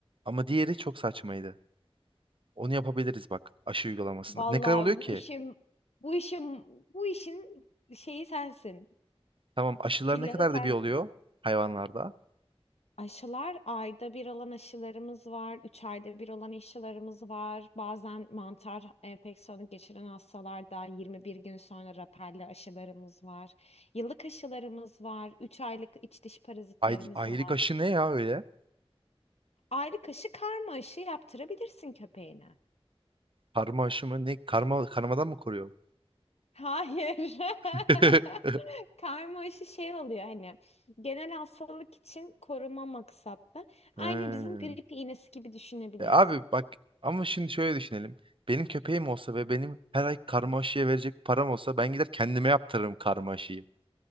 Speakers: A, on the right; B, on the left.
A: Ama diğeri çok saçmaydı. Onu yapabiliriz bak aşı uygulamasında.
B: Vallahi
A: Ne kadar oluyor ki?
B: bu işim bu işim bu işin şeyi sensin.
A: Tamam aşılar
B: Tillahı
A: ne kadar
B: sensin.
A: da bir oluyor hayvanlarda?
B: Aşılar ayda bir olan aşılarımız var. Üç ayda bir olan aşılarımız var. Bazen mantar enfeksiyonu geçiren hastalarda 21 gün sonra rapelli aşılarımız var. Yıllık aşılarımız var. Üç aylık iç dış parazitlerimiz
A: Ay, aylık
B: var.
A: aşı ne ya öyle?
B: Aylık aşı karma aşı yaptırabilirsin köpeğine.
A: Karma aşı mı? Ne? Karma, karmadan mı koruyor?
B: Hayır.
A: <laughs>
B: <laughs> Karma aşı şey oluyor hani genel hastalık için koruma maksatlı.
A: He.
B: Aynı bizim grip iğnesi gibi düşünebilirsin.
A: E abi bak ama şimdi şöyle düşünelim. Benim köpeğim olsa ve benim her ay karma aşıya verecek param olsa ben gider kendime yaptırırım karma aşıyı.